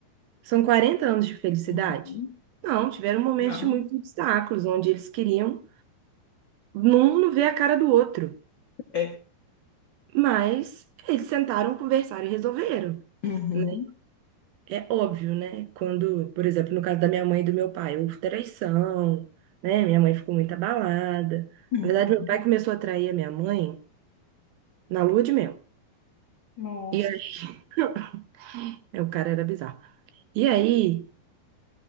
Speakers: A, on the right; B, on the left.
A: São 40 anos de felicidade?
B: Uhum.
A: Não, tiveram momentos
B: Não.
A: de muitos obstáculos, onde eles queriam um não ver a cara do outro.
B: É.
A: Mas eles sentaram, conversaram e resolveram.
B: Uhum.
A: né? É óbvio, né? Quando, por exemplo, no caso da minha mãe e do meu pai, houve traição, né? Minha mãe ficou muito abalada.
B: Uhum.
A: Na verdade, meu pai começou a trair a minha mãe na lua de mel.
B: Nossa.
A: E aí, <laughs> o cara era bizarro. E aí,